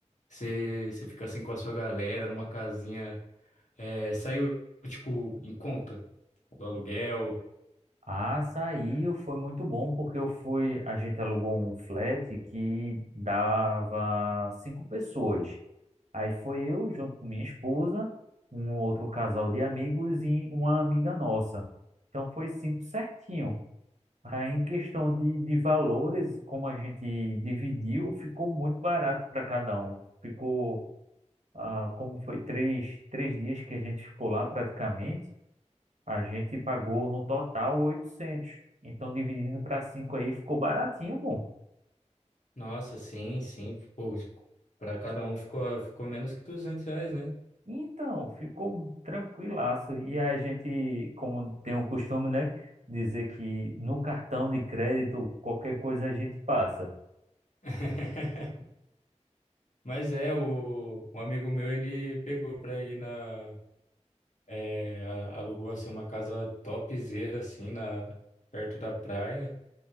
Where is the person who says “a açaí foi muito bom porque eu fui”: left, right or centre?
Right